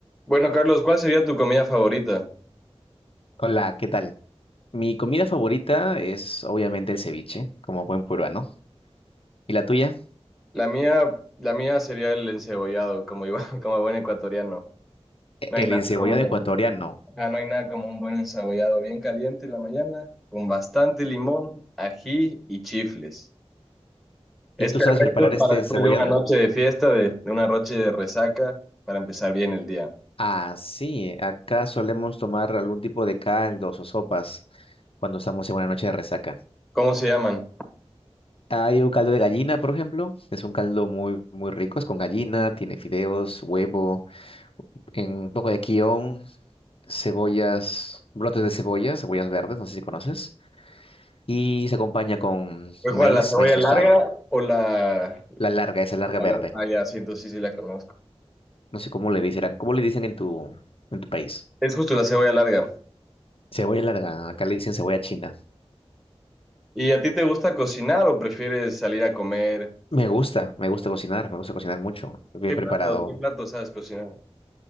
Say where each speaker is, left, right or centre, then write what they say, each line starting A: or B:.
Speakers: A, in the centre; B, on the left (about 60°).
A: Bueno, Carlos, ¿cuál sería tu comida favorita?
B: Hola, ¿qué tal? Mi comida favorita es obviamente el ceviche, como buen peruano. ¿Y la tuya?
A: La mía, la mía sería el encebollado, como iba, <laughs> como buen ecuatoriano.
B: E-
A: No
B: El
A: hay nada
B: encebollado
A: como,
B: ecuatoriano.
A: ajá, no hay nada como un buen encebollado bien caliente en la mañana, con bastante limón, ají y chifles. Es
B: ¿Y tú
A: perfecto
B: sabes preparar este
A: para
B: encebollado?
A: después de una noche de fiesta, de, de una noche de resaca, para empezar bien el día.
B: Ah, sí, eh, acá solemos tomar algún tipo de caldos o sopas cuando estamos en una noche de resaca.
A: ¿Cómo se llaman?
B: Hay un caldo de gallina, por ejemplo. Es un caldo muy, muy rico. Es con gallina, tiene fideos, huevo, en- un poco de quión, cebollas, brotes de cebolla, cebollas verdes, no sé si conoces. Y se acompaña con
A: ¿Fue
B: maíz,
A: cuál, la cebolla
B: maíz tostado.
A: larga o la,
B: La larga, esa larga
A: la
B: verde.
A: larga? Ah, ya, sí, entonces sí, sí la conozco.
B: No sé cómo le dicen, ¿cómo le dicen en tu, en tu país?
A: Es justo la cebolla larga.
B: Cebolla larga, acá le dicen cebolla china.
A: ¿Y a ti te gusta cocinar o prefieres salir a comer?
B: Me gusta, me gusta cocinar, me gusta cocinar mucho. Bien
A: ¿Qué plato,
B: preparado.
A: qué plato sabes cocinar?